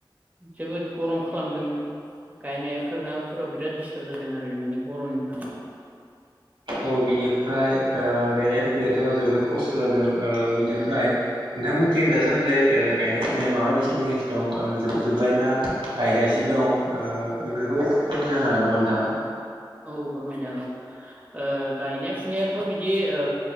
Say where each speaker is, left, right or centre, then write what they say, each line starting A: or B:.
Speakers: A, on the right; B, on the right.
A: जोबोद गरम खालामदों। गायनायफोरा फोराव बिराद दिस्टार्ब जादों आरो बिनि गरमनि थाखायनो।
B: औ बिनिफ्राय ओ गायनाय फुनायाथ' जोबोद खस्थ' जादों। ओ बिनि फ्राय नोंथांमोनथिं दासान्दै ओ गायनाय फुनाया माबायदि सोलिगासिनो दं ओ जोबजोब्बायना गायगासिनो दं ओ बेफोरखौ फोरमायना होनो हागोन नामा नोंथाङा?
A: औ बर मोजां नांदों ओ गायनाय फुनायाथ' बिदि ओ